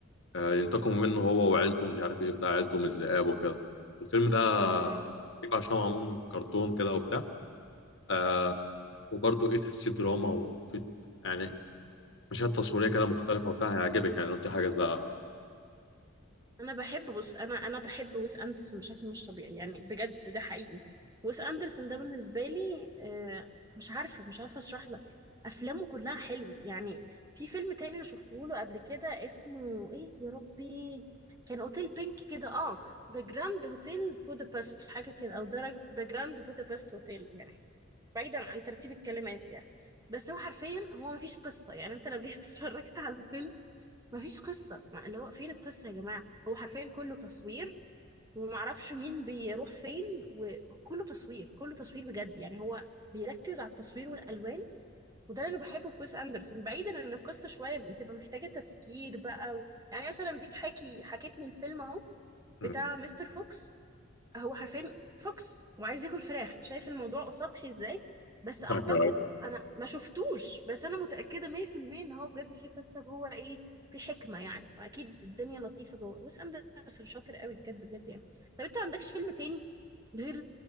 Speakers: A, on the left (about 65°); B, on the right (about 20°).
A: آه، ينتقموا منه هو وعيلته ومش عارف ايه بتاع عيلته من الذئاب وكده الفيلم ده
B: اه
A: غريب عشان هو معمول من كرتون كده وبتاع آه، وبرضه ايه تحسيه دراما وفي يعني مشاهد تصويريه كده مختلفه وبتاع هيعجبك يعني لو انت حاجه زي
B: انا بحب بص انا انا بحب ويس اندرسون بشكل مش طبيعي يعني بجد ده حقيقي ويس اندرسون ده بالنسبه لي آه، مش عارفه مش عارفه اشرح لك افلامه كلها حلوه يعني في فيلم تاني انا شفته له قبل كده اسمه ايه يا ربي كان اوتيل بينك كده اه ذا جراند هوتيل بودابست حاجه كده او ذا جراند بودابست هوتيل يعني بعيدا عن ترتيب الكلمات يعني بس هو حرفيا هو مفيش قصه يعني انت لو جيت <laughs> اتفرجت على الفيلم مفيش قصة ما- اللي هو فين القصة يا جماعة هو حرفيا كله تصوير ومعرفش مين بيروح فين وكله تصوير كله تصوير بجد يعني هو بيركز على التصوير والألوان وده اللي أنا بحبه في ويس أندرسون بعيدا إن القصة شوية بتبقى محتاجة تفكير بقى و... يعني مثلا ديك حكي حكيت لي الفيلم أهو
A: مم.
B: بتاع
A: <laughs>
B: مستر فوكس هو حرفيا فوكس وعايز ياكل فراخ شايف الموضوع سطحي ازاي بس اعتقد
A: أيوة.
B: انا ما شفتوش بس انا متاكده 100% ان هو بجد في قصه جوه ايه في حكمه يعني واكيد الدنيا لطيفه جوه ويس اندرسون شاطر قوي بجد بجد يعني طب انت ما عندكش فيلم تاني غير